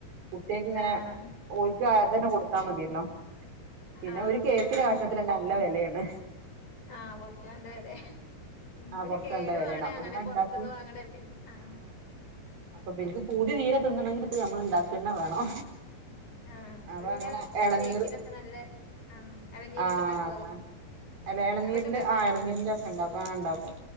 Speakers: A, on the right (about 80°); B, on the left (about 60°).
A: കുട്ടികക്ക് ഇങ്ങനെ
B: ആഹ്
A: ഒിക്ക കൊടുും എത്താ മതിയല്ലോ പിന്നെ
B: ആഹ്
A: ഒരു കേക്കിന്റെ കഷണത്തി നല്ല വിലയാണ്
B: ആഹ പുൊറത്ത നല്ലവെലപിന്നെ
A: ആ പൊറത്ത്
B: കേടുവാണ്
A: നല്ല വെലയാണ് അപ്പൊ
B: അങ്ങനെ
A: ഇങ്ങനെ
B: പൊറത്തന്ന്
A: ഇണ്ടാക്കി
B: വാങ്ങണേ പിന്നെ ആ
A: അപ്പൊ പിനിക്ക് പുതിയ തീരം തിന്നണമെങ്കിൽ ഇപ്പ നമ്മൾ ഉണ്ടാക്ക തന്നെ വേണോ
B: ആഹ്
A: അപ്പൊ
B: പിന്നെ
A: അങ്ങനെ ഇളനീർ
B: കേക്കിനൊക്കെ നല്ല ആഹ് എളനീരൊക്കെ
A: ആഹ
B: ഇണ്ടാക്കോ
A: അത അല്ല ഇളനീരിന്റെ
B: അതൊക്കെ ഇണ്ടാക്കോ
A: ആ് ഇളനീരിന്റെ അപങ്ങനെ ഇളനീർ ഒക്കെ ഇണ്ടാക്കും ആ ഉണ്ടാക്കും